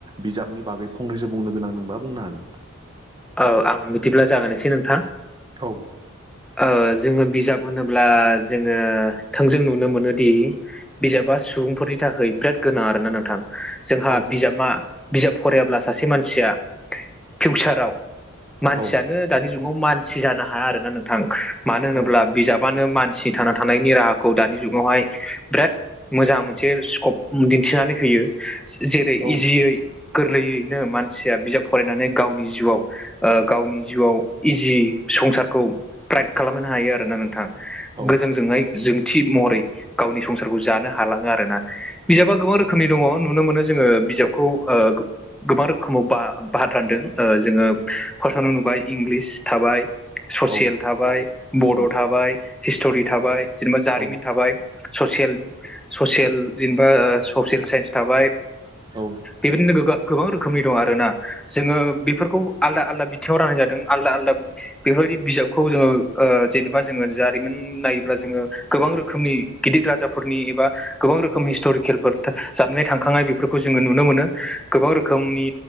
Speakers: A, on the right; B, in the centre.
A: बिजाबनि बागै फंनैसो बुंनो गोनां दंबा बुंनो हागोन।
B: औ आं बिदिब्ला जागायनोसै नोंथां।
A: औ।
B: ओ जोङो बिजाब होनोब्ला जोङो थोंजों नुनो मोनोदि बिजाबा सुबुंफोरनि थाखाय बिराद गोनां आरोना नोंथां। जोंहा
A: औ
B: बिजाबा बिजाब फरायाब्ला सासे मानसिया फिउचाराव मानसियानो
A: औ
B: दानि जुगाव मानसि जानो हाया आरोना नोंथां। मानो होनोब्ला
A: औ
B: बिजाबानो मानसिनि थांना थानायनि राहाखौ दानि जुगावहाय बिराद मोजां मोनसे स्कप दिन्थिनानै होयो। जेरै
A: औ
B: इजियै गोरलैयैनो मानसिया बिजाब फरायनानै गावनि जिउआव ओ गावनि जिउआव इजि संसारखौ प्राइट खालामहोनो हायो आरोना नोंथां गोजोंजोंङै
A: औ
B: जोंथि महरै गावनि संसारखौ जानो हालाङो आरोना बिजाबा गोबां रोखोमनि दङ नुनो मोनो जोङो बिजाबखौ ओ गोबां रोखोमाव बा भात रानदों ओ जोङो फार्स्ट आवनो नुबाय इंलिस थाबाय ससियेल
A: औ
B: थाबाय बड'
A: औ
B: थाबाय हिस्ट'रि थाबाय जेनेबा जारिमिन
A: औ
B: थाबाय ससियेल ससियेल जेनेबा ससियेल साइन्स थाबाय
A: औ
B: बेबायदिनो गोगो गोबां रोखोमनि दं आरोना जोङो बेफोरखौ आलदा आलदा बिथिङाव रान जादों आलदा आलदा बेफोरबायदि बिजाबखौ जोङो ओ जेनेबा जोङो जारिमिन नायोब्ला जोङो गोबां रोखोमनि गिदिर राजाफोरनि एबा गोबां रोखोम हिस्ट'रिकेलफोर जाननाय थांखांनाय बेफोरखौ जोङो नुनो मोनो गोबां रोखोमनि